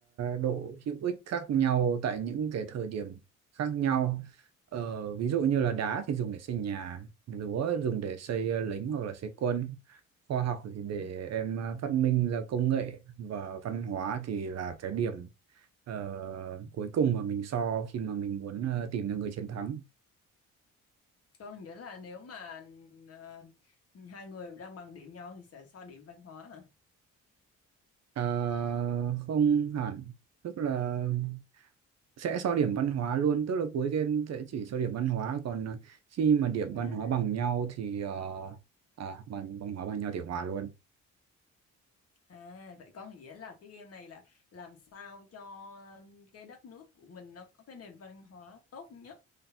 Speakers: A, on the right; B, on the left.
A: độ hữu ích khác nhau tại những cái thời điểm khác nhau Ờ, ví dụ như là đá thì dùng để xây nhà lúa dùng để xây ờ, lính hoặc là xây quân khoa học thì để
B: ừ.
A: em ờ, phát minh ra công nghệ và văn hóa thì là cái điểm ờ, cuối cùng mà mình so khi mà mình muốn ờ, tìm được người chiến thắng
B: Có nghĩa là nếu mà ờ, hai người đang bằng điểm nhau thì sẽ so điểm văn hóa hả?
A: Ờ, không hẳn tức là sẽ so điểm văn hóa luôn tức là cuối game sẽ chỉ so điểm văn hóa còn à, khi mà điểm
B: À,
A: văn hóa bằng nhau thì ờ, à, bằng văn hóa bằng nhau thì hòa luôn
B: à, vậy có nghĩa là cái game này là làm sao cho cái đất nước của mình nó có cái nền văn hóa tốt nhất.